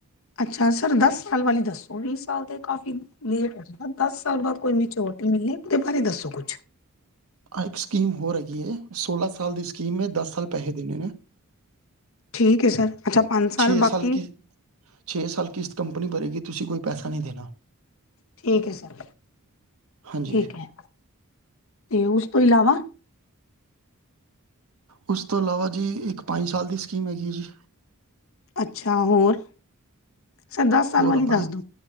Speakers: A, on the left; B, on the right.
A: ਅੱਛਾ, ਸਰ ਦੱਸ ਸਾਲ ਵਾਲੀ ਦੱਸੋਂ? ਵੀਹ ਸਾਲ ਤੇ ਕਾਫ਼ੀ ਲੇਟ। ਮਤਲਬ ਦੱਸ ਸਾਲ ਬਾਅਦ ਕੋਈ ਮਚੁਰਟੀ ਮਿਲਣੀ, ਉਹਦੇ ਬਾਰੇ ਦੱਸੋ ਕੁਝ
B: ਆਹ ਇੱਕ ਸਕੀਮ ਹੋਰ ਹੈਗੀ ਹੈ। ਸੋਲਾਂ ਸਾਲ ਦੀ ਸਕੀਮ ਹੈ। ਦੱਸ ਸਾਲ ਪੈਸੇ ਦੇਣੇ ਨੇ।
A: ਠੀਕ ਹੈ ਸਰ, ਅੱਛਾ ਪੰਜ ਸਾਲ
B: ਛੇ
A: ਬਾਕੀ।
B: ਕੀ ਛੇ ਸਾਲ ਕਿਸ਼ਤ ਕੰਪਨੀ ਭਰੇਗੀ, ਤੁਸੀਂ ਕੋਈ ਪੈਸਾ ਨਹੀਂ ਦੇਣਾ।
A: ਠੀਕ ਹੈ ਸਰ,
B: ਹਾਂਜੀ
A: ਠੀਕ ਹੈ ‌ਤੇ ਉਸ ਤੋਂ ਇਲਾਵਾ।
B: ਉਸ ਤੋਂ ਇਲਾਵਾ ਜੀ, ਇੱਕ ਪੰਜ ਸਾਲ ਦੀ ਸਕੀਮ ਹੈਗੀ ਹੈ ਜੀ।
A: ਅੱਛਾ ਹੋਰ, ਸਰ ਦੱਸ ਸਾਲ
B: ਹੋਰ
A: ਵਾਲੀ
B: ਆਪਣਾ
A: ਦੱਸ ਦੋ।